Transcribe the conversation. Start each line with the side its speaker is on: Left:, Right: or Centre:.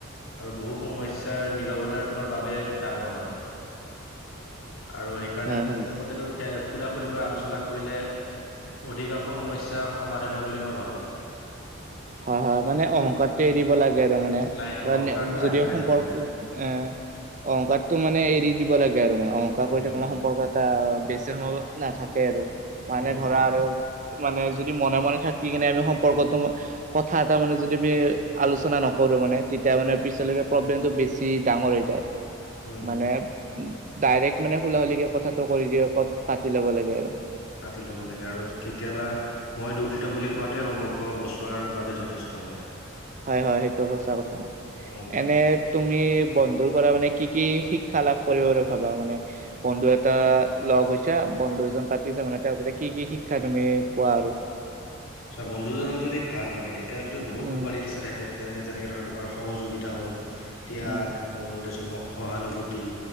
Left: আৰু বহু সমস্যাৰ নিৰৱতা তোমাৰ বাবে ডাঙৰ হয়। আৰু সেইকাৰণে
Right: হা
Left: মোৰ
Right: হা
Left: মতেতো খ খোলা-খুলিকৈ আলোচনা কৰিলে অধিকাংশ সমস্যা সমাধান হয় বুলি মই ভাবোঁ।
Right: <unintelligible> হয় হয়। মানে অহংকাৰটো এৰিব লাগে আৰু মানে
Left: নাই নাই অহংকাৰটো
Right: যদিও
Left: আহিবই
Right: সম্পৰ্ক
Left: নালাগে
Right: এ- অংকাৰটো মানে এৰি দিব লাগে আৰু মানে, অহংকাৰ কৰি
Left: উম
Right: থাকিলে সম্পৰ্ক এটা বেছি সময় নাথাকে আৰু। মানে
Left: উম
Right: ধৰা আৰু মানে যদি মনে মনে থাকি কিনে আমি - সমপৰ্কটো কথা এটা মানে যদি আমি আলোচনা নকৰো মানে তেতিয়া মানে, পিছলৈকে প্ৰব্লেমটো
Left: উম
Right: বেছি ডাঙৰ হৈ যায়।
Left: উম
Right: মানে ডাইৰেক্ট মানে খোলা খোলিকে কথাটো কৰি দিয়ে কত পাতি ল'ব লাগে আৰু।
Left: পাতি ল'ব লাগে আৰু কেতিয়াবা মই দূষিত বুলি, কোৱাতে সম্পৰ্ক বচোৱাৰ বাবে যথেষ্ট হয়।
Right: হয় হয় সেইটো সঁচা কথা।
Left: উম
Right: এনে তুমি বন্ধু বন্ধুৰ পৰা মানে কি কি শিক্ষা লাভ কৰিব বুলি ভাবা। মানে বন্ধু এটা লগ হৈছে বন্ধু দুজন পাতিছে মানে তেওঁ কি কি শিক্ষা তুমি পোৱা আৰু?
Left: ছ' বন্ধুজন যদি ভাল হয় তেতিয়াহ'লেতো বহুত
Right: উম
Left: কোৱালিটিছে থাকে। তেনে যেনেকৈ ধৰক তোমাৰ সহযোগিতা হ'ল, ত্যাগ
Right: উম
Left: হ'ল, তাৰপিছত সহানুভূতি,